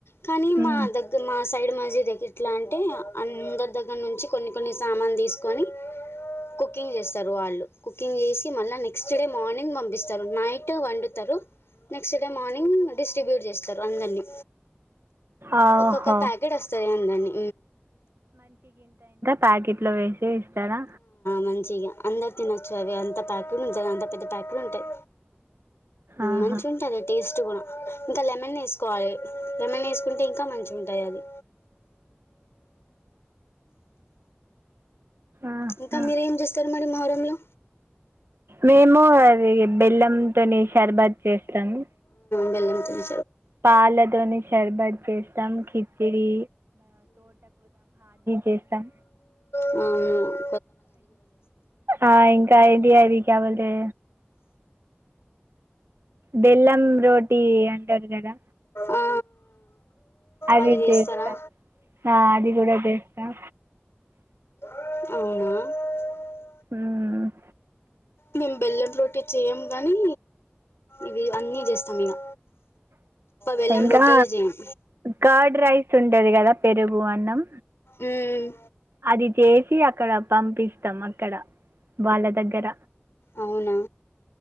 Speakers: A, on the left; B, on the right.
A: కానీ
B: ఉమ్.
A: మా దగ్గర మా సైడ్ మాజీద్ దగ్గర ఎట్ల అంటే అందరి దగ్గర నుంచి కొన్ని కొన్ని సామాను తీసుకొని కుకింగ్ చేస్తారు వాళ్ళు కుకింగ్ చేసి మళ్ళ నెక్స్ట్ డే మార్నింగ్ పంపిస్తారు నైట్ వండుతరు నెక్స్ట్ డే మార్నింగ్ డిస్ట్రిబ్యూట్ చేస్తారు అందరిని
B: ఆహో
A: ఒక్కొక్క ప్యాకెట్ వస్తది అ దాన్ని
B: ప్యాకిట్లో వేసి ఇస్తరా
A: మంచిగా అందరు తినొచ్చు అవి అంత ప్యాకెట్లు ఉంటాయి అంత పెద్ద ప్యాకెట్లు ఉంటాయి
B: ఆహా
A: మంచిగ ఉంటది టేస్ట్ ఇంకా లెమన్ వేసుకోవాలె లెమన్ వేసుకుంటే ఇంకా మంచిగా ఉంటుంది అది
B: ఆహా
A: ఇంకా మీరేం చేస్తారు మరి మొహరంలో
B: మేము అది బెల్లంతోని షర్బతు చేస్తాము
A: బెళ్ళం తోని
B: పాలతోని షర్బత్ చేస్తం కిచడిీ చేస్తాం
A: అవున
B: ఆ ఇంకా ఐడి ఐడి క్యా బోల్తె బెల్లం రోటీ అంటారు కదా
A: ఆ
B: అది
A: అవి చేస్తారా
B: చేస్తాం ఆ అది కూడ చేస్తాం
A: అవున
B: ఉమ్
A: మేము బెల్లం రోటీ చేయము గానీ ఇవి అన్నీ చేస్తాం ఇక బెల్లం
B: ఇంకా
A: రొటీయే చేయం
B: కర్డ్ రైస్ ఉంటది కదా పెరుగు అన్నం
A: ఉమ్
B: అది చేసి అక్కడ పంపిస్తాం అక్కడ వాళ్ళ దగ్గర
A: అవునా